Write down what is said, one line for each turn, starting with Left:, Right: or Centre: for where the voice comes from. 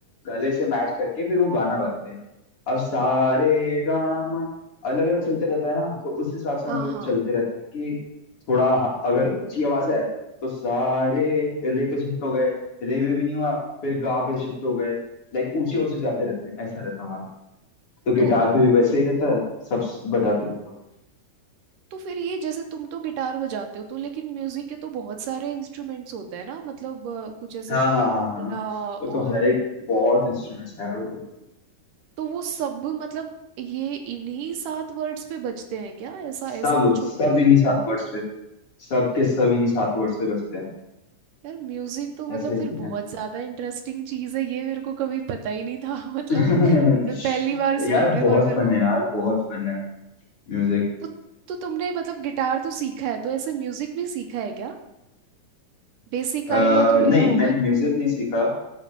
Left: गले से मैच करके फिर वो गाना बनाते हैं अब सारे गामा अलग अलग चलते रहता है ना तो उस हिसाब से
Right: हाँ
Left: हम लोग
Right: हाँ
Left: चलते रहते हैं कि थोड़ा ह- अगर ऊंची आवाज है तो सारे रे पे शिफ्ट हो गए रे पे भी नहीं हुआ फिर गा पे शिफ्ट हो गए लाइक ऊंचे ऊंचे जाते रहते हैं ऐसा रहता है हमारा तो गिटार
Right: तो
Left: पे भी वैसे ही रहता है सब स- बजाते हैं हम लोग
Right: तो फिर ये जैसे तुम तो गिटार बजाते हो तो लेकिन म्यूजिक के तो बहुत सारे इंस्ट्रूमेंट्स होते हैं ना मतलब अ, कुछ ऐसे
Left: हाँ
Right: तबला
Left: हाँ हाँ हाँ
Right: और
Left: वो तो हर एक बहुत इंस्ट्रूमेंट है यार वो तो
Right: तो वो सब मतलब ये इन्हीं सात वर्ड्स पे बजते हैं क्या ऐसा
Left: सब
Right: ऐसा कुछ
Left: सब
Right: होता है
Left: इन्हीं सात वर्ड्स पे सब के सब इन्हीं सात वर्ड्स पे बचते हैं
Right: यार म्यूजिक तो मतलब
Left: ऐसा ही
Right: फिर
Left: सीन
Right: बहुत
Left: है
Right: ज्यादा इंटरेस्टिंग चीज है ये मेरे को कभी पता ही नहीं था <laughs> मतलब
Left: <laughs>
Right: मैं पहली बार
Left: यार
Right: सुन रही
Left: बहुत
Right: हूँ और मेरे
Left: फन
Right: को
Left: है यार बहुत फन है म्यूजिक
Right: तो तो तुमने मतलब गिटार तो सीखा है तो ऐसे म्यूजिक भी सीखा है क्या बेसिक
Left: अह,
Right: आइडिया तो लिया
Left: नहीं
Right: होगा
Left: मैंने
Right: ना
Left: म्यूजिक नहीं सीखा